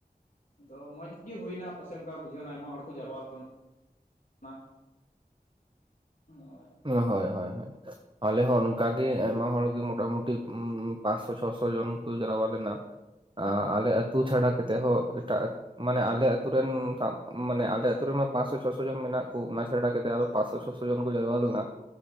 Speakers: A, on the left (about 60°); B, on the right (about 30°).
A: ᱟᱫᱚ ᱢᱚᱸᱡᱽ ᱜᱮ ᱦᱩᱭᱱᱟ ᱯᱟᱥᱮᱡ ᱚᱱᱠᱟ ᱵᱩᱡᱷᱟᱹᱣ ᱮᱱᱟ ᱟᱭᱢᱟ ᱦᱚᱲ ᱠᱚ ᱡᱟᱨᱣᱟ ᱞᱮᱱᱟ ᱦᱳᱭ
B: ᱦᱳᱭ ᱦᱳᱭ ᱦᱳᱭ ᱾ ᱟᱞᱮ ᱦᱚᱸ ᱱᱚᱝᱠᱟ ᱜᱮ ᱢᱟ ᱦᱚᱲᱜᱮ ᱠᱤ ᱢᱚᱴᱟᱢᱩᱴᱤ ᱯᱟᱸᱪᱥᱚ ᱪᱷᱚᱥᱚ ᱦᱚᱱ ᱠᱚ ᱡᱨᱟᱣᱟ ᱞᱮᱱᱟ ᱾ ᱟᱞᱮ ᱟᱹᱛᱩ ᱪᱷᱟᱲᱟ ᱠᱟᱛᱮ ᱦᱚᱸ ᱮᱴᱟᱜ ᱢᱟᱱᱮ ᱟᱞᱮ ᱟᱛᱩᱨᱮᱱ ᱥᱟᱵ, ᱢᱟᱱᱮ ᱟᱞᱮ ᱟᱛᱩ ᱨᱮᱢᱟ ᱯᱟᱸᱥᱥᱚ ᱪᱷᱚᱥᱚ ᱡᱚᱱ ᱢᱮᱱᱟᱜ ᱠᱚ ᱚᱱᱟ ᱪᱷᱟᱰᱟ ᱠᱟᱛᱮ ᱟᱨᱚ ᱯᱟᱸᱥᱥᱚ ᱪᱷᱚᱥᱚ ᱡᱚᱱ ᱠᱚ ᱡᱟᱨᱣᱟ ᱞᱮᱱᱟ